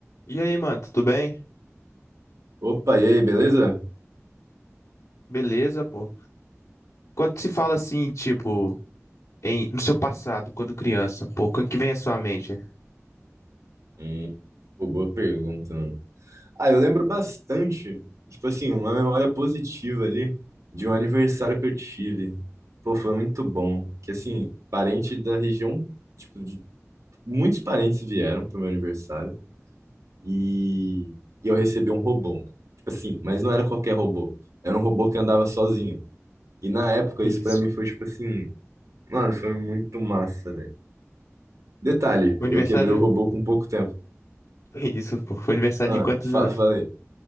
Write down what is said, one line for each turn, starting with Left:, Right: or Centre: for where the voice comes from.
Left: E aí, mano, tudo bem?
Right: Opa, e aí, beleza?
Left: Beleza, pô. Quando se fala assim, tipo, em, no seu passado, quando criança, pô, o que que vem à sua mente?
Right: Hum, pô, boa pergunta, mano. Ah, eu lembro bastante, tipo assim, uma memória positiva ali de um aniversário que eu tive. Pô, foi muito bom. Que assim, parente da região, tipo, de- muitos parentes vieram pro meu aniversário e e eu recebi um robô, mano. Tipo assim, mas não era qualquer robô. Era um robô que andava sozinho. E na época
Left: Isso.
Right: isso pra mim foi tipo assim, mano, foi muito massa, velho. Detalhe,
Left: O aniversário.
Right: eu quebrei o robô com pouco tempo.
Left: é <laughs> Isso, pô. Foi aniversário
Right: Ah,
Left: de quantos
Right: fa-
Left: anos?
Right: falei,